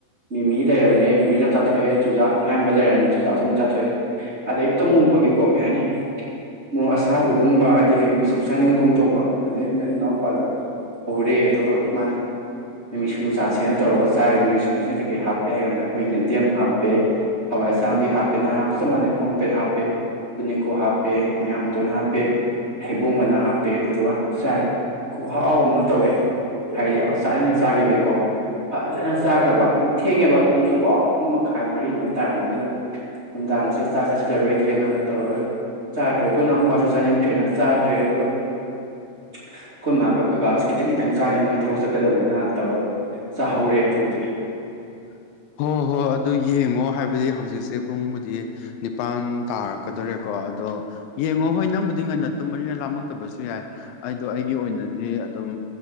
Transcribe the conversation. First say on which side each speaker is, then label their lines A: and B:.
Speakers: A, on the right; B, on the left.
A: ꯃꯤꯃꯤ ꯂꯩꯔꯝꯃꯦ ꯃꯤꯃꯤꯁꯨ ꯆꯥꯊꯣꯛꯑꯦ ꯆꯨꯖꯥꯛ ꯑꯉꯥꯟꯕ ꯂꯩꯔꯝꯃꯦ ꯆꯨꯖꯥꯛꯁꯨ ꯑꯃꯨꯛ ꯆ ꯊꯣꯛꯑꯦ ꯑꯗꯩ ꯇꯝꯃꯨꯕꯒꯤꯀꯣ ꯀꯩ ꯍꯥꯏꯅꯤ ꯃꯣꯔꯣꯛ ꯑꯁꯥꯕꯒꯨꯝꯕ ꯑꯩ ꯀꯩꯒꯨꯝꯕ ꯆꯨꯝꯁꯥꯅꯤꯡꯉꯛꯀꯨꯝ ꯇꯧꯕ ꯑꯗꯩ ꯑꯩꯅ ꯏꯅꯥꯎꯄꯥꯗ ꯎꯔꯦ ꯑꯗꯨꯒ ꯃꯥ ꯅꯨꯃꯤꯠ ꯅꯨꯡꯖꯥ ꯁꯦꯡꯅ ꯇꯧꯔꯒ ꯆꯥꯔꯤꯕ ꯃꯤꯑꯣꯏꯁꯤꯡꯁꯤꯅ ꯀꯩ ꯀꯩ ꯍꯥꯞꯀꯦ ꯍꯥꯏ ꯀꯥꯟꯗ ꯑꯩꯈꯣꯏ ꯌꯦꯟꯗꯦꯝ ꯍꯥꯞꯄꯦ ꯍꯋꯥꯏ ꯑꯁꯥꯡꯕꯤ ꯍꯥꯞꯄꯦꯅ ꯍꯥꯞꯄ ꯆꯞ ꯃꯥꯟꯅꯩ ꯀ꯭ꯔꯣꯝꯄꯦꯠ ꯍꯥꯞꯄꯦ ꯇꯨ ꯅꯤꯡꯅꯤꯡꯀꯣꯛ ꯍꯥꯞꯄꯦ ꯃꯌꯥꯡꯇꯣꯟ ꯍꯥꯞꯄꯦ ꯍꯩꯕꯨꯡ ꯃꯅꯥ ꯍꯥꯞꯄꯦ ꯑꯗꯨꯗꯨꯒ ꯆꯔꯦ ꯑꯍꯥꯎ ꯑꯃ ꯇꯧꯋꯦ ꯍꯥꯏꯗꯤ ꯌꯥꯝ ꯆꯥꯅꯤꯡꯅ ꯆꯥꯈꯤꯕꯒꯤꯀꯣ ꯐꯖꯅ ꯆꯥꯈ꯭ꯔꯕ ꯑꯗꯨꯝ ꯊꯦꯡꯉꯦꯕ ꯄꯨꯡꯁꯨꯀꯣ ꯑꯍꯨꯝ ꯃꯈꯥꯏ ꯃꯔꯤ ꯑꯗꯨꯃꯥꯏꯅ ꯇꯥꯔꯝꯅꯤ ꯑꯗꯨꯅ ꯅꯨꯡꯗꯥꯡꯁꯦ ꯆꯥꯛ ꯆꯥꯁꯤꯜꯂꯔꯣꯏꯒꯦꯅ ꯇꯧꯔꯒ ꯆꯥꯗ꯭ꯔꯦ ꯑꯩꯈꯣꯏ ꯏꯅꯥꯎꯄꯥꯁꯨ ꯆꯥꯅꯤꯡꯗ꯭ꯔꯦꯅ ꯆꯥꯗ꯭ꯔꯦ ꯑꯗꯨꯒ ꯑꯩꯈꯣꯏ ꯃꯥꯒ ꯑꯩꯈꯣꯏ ꯕꯥꯁꯦ ꯈꯤꯇꯪ ꯈꯤꯇꯪ ꯆꯥꯅꯤ ꯃꯣꯏꯁꯦ ꯊꯕꯛ ꯆꯠꯀꯗꯕꯅꯤꯅꯅ ꯇꯧꯔꯒ ꯆꯥꯍꯧꯔꯦ ꯑꯗꯨꯕꯨꯗꯤ
B: <unintelligible> ꯍꯣꯏ ꯍꯣꯏ ꯑꯗꯨ ꯌꯦꯡꯉꯣ ꯍꯥꯏꯕꯗꯤ ꯍꯧꯖꯤꯛꯁꯦ ꯄꯨꯡꯕꯨꯗꯤ ꯅꯤꯄꯥꯟ ꯇꯥꯔꯛꯀꯗꯧꯔꯦ ꯀꯣ ꯑꯗꯣ ꯌꯦꯡꯉꯣ ꯍꯣꯏ ꯅꯪꯕꯨꯗꯤ ꯑꯗꯨꯗꯤꯡ ꯉꯟꯅ ꯇꯨꯝꯕꯅꯤꯅ ꯂꯥꯝꯃꯛꯇꯕꯁꯨ ꯌꯥꯏ ꯑꯩꯗꯣ ꯑꯩꯒꯤ ꯑꯣꯏꯅꯗꯤ ꯑꯗꯨꯝ